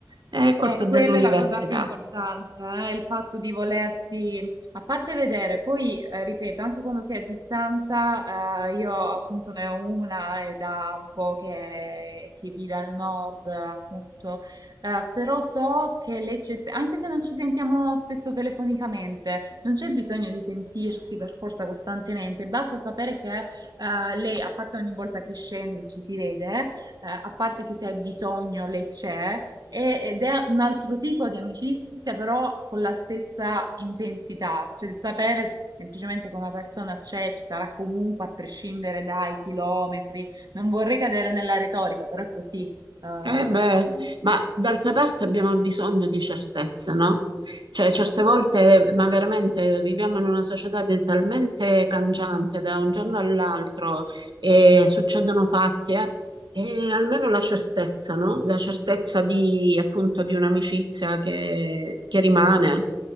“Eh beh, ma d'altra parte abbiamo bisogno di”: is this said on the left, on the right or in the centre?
Right